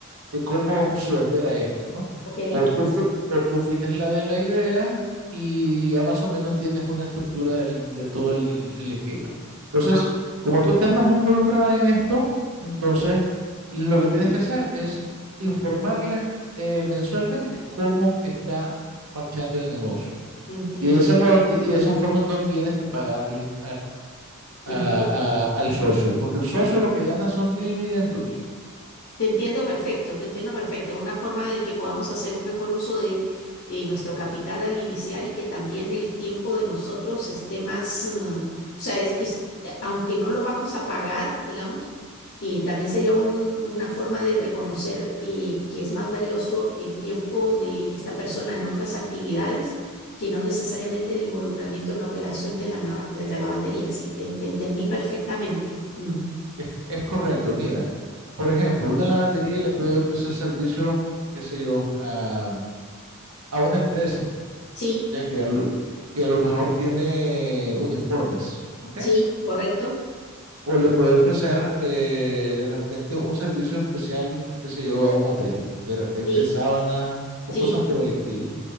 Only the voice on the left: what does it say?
Ok,
ajá,
entiendo.
Entiendo.
Te entiendo perfecto, te entiendo perfecto. Una forma de que podamos hacer un mejor uso de eh, nuestro capital al iniciar y que también el tiempo de nosotros esté más, eh, o sea, es, es- aunque no lo vamos a pagar, digamos, eh, también sería un- una forma de reconocer eh, que es más valioso el tiempo de esta persona en otras actividades que no necesariamente el involucramiento en la operación de la, nava- de la lavandería. Sí, te, te entendí perfectamente. Mm.
Sí,
sí, correcto.
Sí.
Sí.